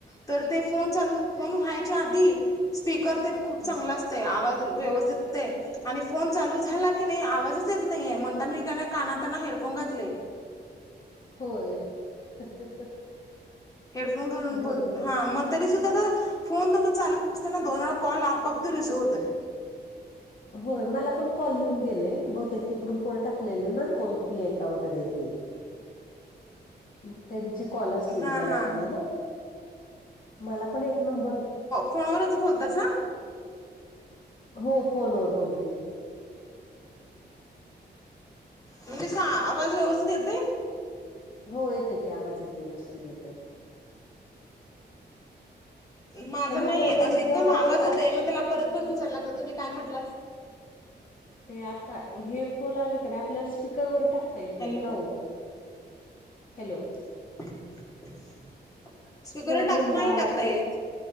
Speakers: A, on the left; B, on the left.
A: तर ते फोन चालू फोन व्हायच्या आधी स्पीकर त्याने खूप
B: हां,
A: चांगला अस ते आवाज व्यवस्थित येते. आणि फोन चालू झाला की नाही आवाजच येत नाहीये म्हणता मी का कानातना हेडफोन घातले.
B: होय. <unintelligible>
A: हेडफोन घालून
B: बरोबर.
A: बोल. हा मग तरी सुद्धा त फोन तुम्ला चालू असताना दोन वेळा कॉल आपोआप ते रिसिव्ह होतय.
B: होय मला पण कॉल येऊन गेले. बहुतेक ते ग्रुपवर टाकलेलं ना? कोण फ्री आहे का वगैरे. ते <inaudible> मग त्यांचे कॉल असतील
A: हा
B: मला
A: हा
B: वाटते ना? मला पण एक नंबर
A: कॉल वरच बोलतासा.
B: हो फोनवर बोलते.
A: म्हणजे सा आवाज व्यवस्थित येतय?
B: हो येते की आवाज येते व्यवस्थित येते.
A: माझा
B: ह्या
A: नाही
B: मोबाईलला
A: येत. अस
B: इथं
A: एकदम आवाज येतय.
B: ऑप्श
A: मग त्याला परत परत उचलला तर तुम्ही काय म्हटलास?
B: ते आता हे फोल आले कणय आप आपल्या स्पीकरवर टाकता येतलय
A: हॅलो
B: का हो? हॅलो!
A: <inaudible>
B: फोन
A: टाक
B: म्हणला
A: नाही
B: आला
A: टाकता
B: की.
A: येत